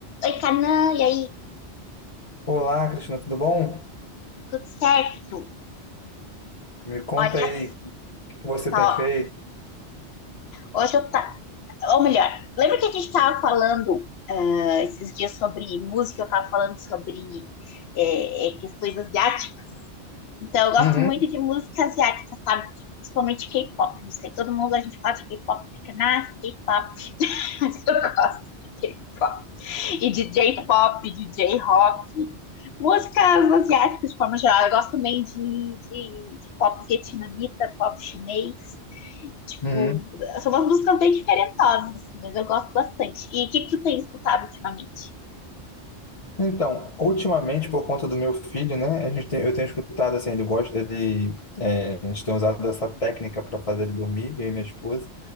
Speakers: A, on the left; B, on the left.
A: Oi, Canã, e aí?
B: Olá, Cristina, tudo bom?
A: Tudo certo?
B: Me conta
A: Olha
B: aí o que que você
A: só,
B: tem feito.
A: hoje eu tá, ou melhor, lembra que a gente tava falando ah, esses dias sobre música, eu tava falando sobre é, é, questões asiáticas. Então, eu gosto
B: Uhum,
A: muito de música asiática, sabe? Principalmente K-pop, não sei, todo mundo a gente fala de K-pop, fica, nossa, K-pop, <laughs> mas eu gosto de K-pop. e D j pop, D j rock, músicas asiáticas de forma geral. Eu gosto também de, de, de pop vietnamita, pop chinês. Tipo,
B: uhum.
A: são umas músicas bem diferentosas, assim, mas eu gosto bastante. E o que, que tu tem escutado ultimamente?
B: Então, ultimamente, por conta do meu filho, né, a gente tem, eu tenho escutado assim, ele gosta, ele, é, a gente tem usado essa técnica para fazer ele dormir, eu e minha esposa,